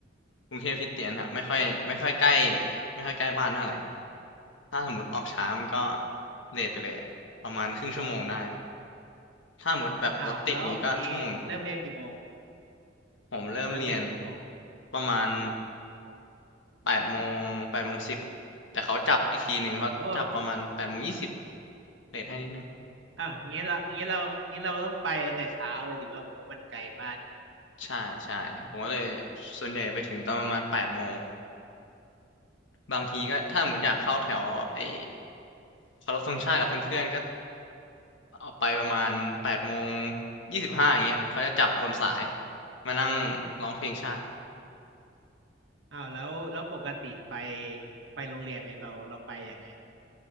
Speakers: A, on the left (about 80°); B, on the right (about 70°).
A: กรุงเทพคริสเตียนครับไม่ค่อยไม่ค่อยใกล้ไม่ค่อยใกล้บ้านเท่าไหร่ถ้าสมมติออกช้ามันก็เลทไปเลยอะประมาณครึ่งชั่วโมงได้ถ้าสมมติแบบรถติดเงี้ยก็ชั่วโมงหนึ่ง
B: อ้าวแล้วงี้เริ่มเรียนกี่โมง
A: ผมเริ่มเรียน
B: เริ่มเรียนกี่โมง
A: ประมาณแปดโมงแปดโมงสิบแต่เขาจับอีกทีหนึ่งเขาจับประมาณแปดโมงยี่สิบ
B: โอ้
A: เลทให้นิดหนึ่ง
B: อ้าวงี้เรางี้เรางี้เราก็ต้องไปแต่เช้าเลยดิเราเราบอกว่ามันไกลบ้านนะ
A: ใช่ใช่ผมก็เลยส่วนใหญ่ไปถึงตอนประมาณแปดโมง บางทีก็ถ้าสมมติอยากเข้าแถวไอ้
B: อืม
A: เคารพธงชาติกับเพื่อนๆก็ออกไปประมาณแปดโมงยี่สิบห้าอย่างเงี้ยเขาจะจับคนสายมานั่งร้องเพลงชาติ
B: อ้าวแล้วแล้วปกติไปไปโรงเรียนเนี่ยเราเราไปยังไง